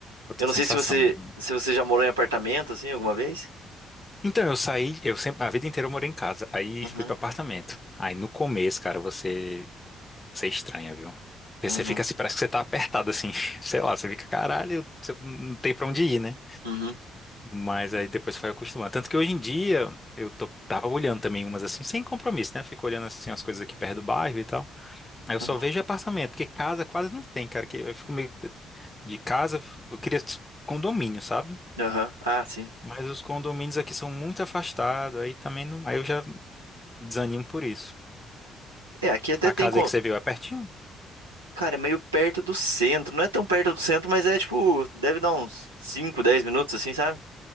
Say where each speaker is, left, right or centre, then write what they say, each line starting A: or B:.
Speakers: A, on the left; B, on the right.
A: outra
B: eu não
A: sensação.
B: sei se você,
A: né?
B: se você já morou em apartamento, assim, alguma vez?
A: Então, eu saí, eu sempre, a vida inteira eu morei em casa. Aí
B: Uhum,
A: fui para apartamento. Aí no começo, cara, você, você é estranha, viu? Porque
B: uhum,
A: Você fica assim, parece que você tá apertado assim. <laughs> Sei lá, você fica, caralho, você não tem pra onde ir, né?
B: uhum,
A: Mas aí depois foi acostumando. Tanto que hoje em dia eu tô, tava olhando também umas assim, sem compromisso, né? Eu fico olhando assim as coisas aqui perto do bairro e tal. Aí eu só
B: uhum,
A: vejo apartamento, porque casa quase não tem, cara. Que eu fico meio de casa, eu queria condomínio, sabe?
B: aham, Ah, sim.
A: Mas os condomínios aqui são muito afastados, aí também não. Aí eu já Desanimo por isso.
B: É, aqui até
A: A
B: tem.
A: casa aí que você viu é pertinho?
B: Cara, é meio perto do centro. Não é tão perto do centro, mas é tipo, deve dar uns 5, 10 minutos, assim, sabe?